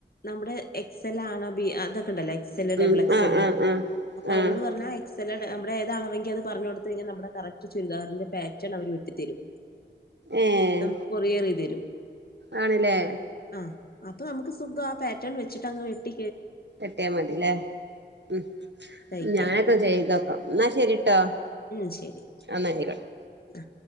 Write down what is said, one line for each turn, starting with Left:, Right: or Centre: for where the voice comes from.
Left: നമ്മുടെ എക്സ് എൽ ആണോ ബി നമ്മടെ എക്സലാണോ ബി ഇതൊക്കെണ്ടല്ലോ എക്സ് എല്
Right: ഉം
Left: ഡബിൾ എക്സ്
Right: ആഹ്
Left: എല്
Right: ആഹ് ആഹ്
Left: അപ്പൊ അവരോട്
Right: ആഹ്
Left: പറഞ്ഞാൽ എ സലോ നമ്മടെ ഏതളവെങ്കി അത് പറഞ്ഞ് കൊടുത്ത് കഴിഞ്ഞ നമ്മടെ കറക്റ്റ് ചുരിദാറിന്റെ പാറ്റേൺ അവര് വെ ട്ടി തരും
Right: ഏഹ്
Left: നമക്ക് കൊറിയറേയ്ത് തരും
Right: ആണ്ല്ലേ
Left: ആ അപ്പൊ നമുക്ക് സുഖാ ആ പാറ്റേൺ വെച്ചിട്ടങ്ങ് വെട്ടി
Right: വെട്ടിയാ മതില്ലേ ഉം
Left: തയ്ക്കാം.
Right: ഞാനൊക്കെ ചെയ്തോക്കാം എന്നാ ശരിട്ടോ
Left: ഉം ശരി
Right: എന്നാ ആയിക്കോട്ടെ
Left: ആ